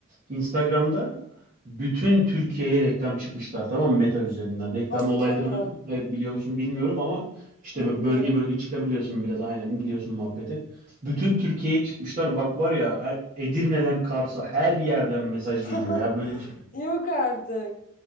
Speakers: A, on the right (about 35°); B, on the left (about 40°).
A: Instagram'da bütün Türkiye'ye reklam çıkmışlar tamam mı? Meta üzerinden. Reklam
B: Hadi
A: olaylarını
B: canım.
A: evet, biliyor musun bilmiyorum ama işte
B: Ne
A: böyle
B: biliyorum.
A: bölge bölge çıkabiliyorsun biraz aynen biliyorsun muhabbeti. Bütün Türkiye'ye çıkmışlar. Bak var ya her- Edirne'den Kars'a her yerden mesaj
B: <laughs>
A: geliyor ya böyle bir şey yok.
B: Yok artık.